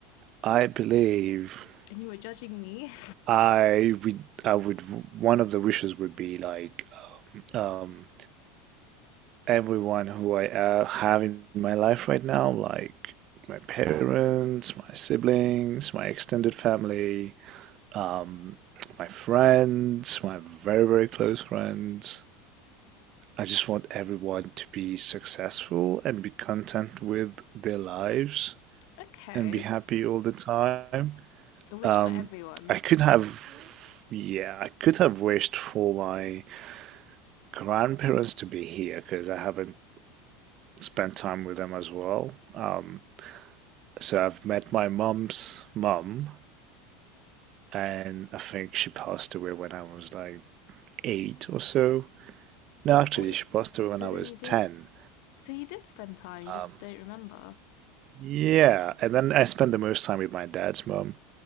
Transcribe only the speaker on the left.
And you were judging me.
<laughs> okay,
a wish
for everyone.
What's,
so
then
you did.
So you did spend time. You
just don't remember.